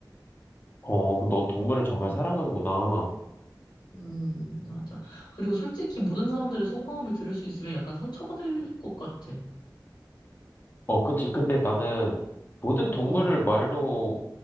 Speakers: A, on the left; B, on the left.
A: 어, 그럼 넌 동물을 정말
B: 음.
A: 사랑하는구나.
B: 음, 맞아. 그리고 솔직히 모든 사람들의 속마음을 들을 수 있으면 약간 상처받을 것 같아.
A: 어, 그치. 근데 나는 모든 동물을
B: 음,
A: 말로